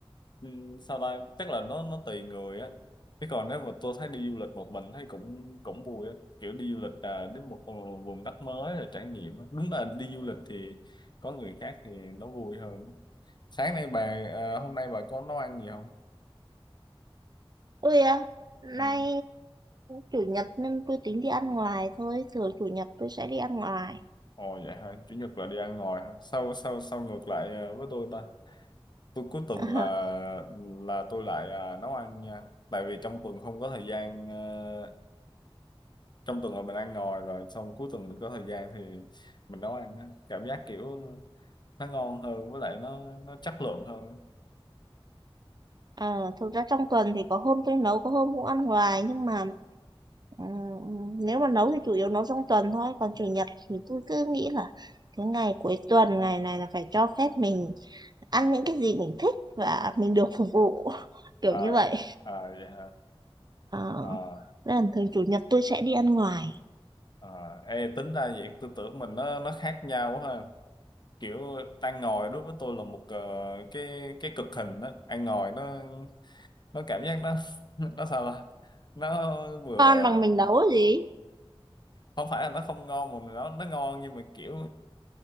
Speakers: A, on the left; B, on the right.
A: ừ, sao ta chắc là nó nó tùy người á chứ còn nếu mà tôi thấy đi du lịch một mình thấy cũng cũng vui á kiểu đi du lịch à, đến một vùng đất mới là trải nghiệm á. đúng là đi du lịch thì có người khác thì nó vui hơn sáng nay bà à, hôm nay bà có nấu ăn gì không
B: ôi à, nay
A: ừ.
B: chủ nhật nên tôi tính đi ăn ngoài thôi thường chủ nhật tôi sẽ đi ăn ngoài
A: ồ vậy hả chủ nhật là đi ăn ngoài hả sao sao sao ngược lại à, với tôi ta tôi cuối tuần
B: <laughs>
A: là là tôi lại à, nấu ăn nha tại vì trong tuần không có thời gian ờ, trong tuần là mình ăn ngoài rồi xong cuối tuần mình có thời gian thì mình nấu ăn á. cảm giác kiểu nó ngon hơn với lại nó nó chất lượng hơn
B: Ờ, thực ra trong tuần thì có hôm tôi nấu có hôm cũng ăn ngoài nhưng mà ừm, nếu mà nấu thì chủ yếu nấu trong tuần thôi còn chủ nhật thì tôi cứ nghĩ là cái ngày cuối tuần ngày này là phải cho phép mình ăn những cái gì mình thích và mình được phục vụ <laughs> kiểu
A: à
B: như vậy
A: à vậy hả
B: ờ,
A: à,
B: nên là thường chủ nhật tôi sẽ đi ăn ngoài
A: à ê tính ra vậy tôi tưởng mình nó nó khác nhau quá ha kiểu ăn ngồi đối với tôi là một ờ, cái cái cực hình đó ăn ngồi nó nó cảm giác nó <laughs> nó sao ta nó vừa
B: con bằng mình nấu gì
A: không phải là nó không ngon mà nó nó ngon nhưng mà kiểu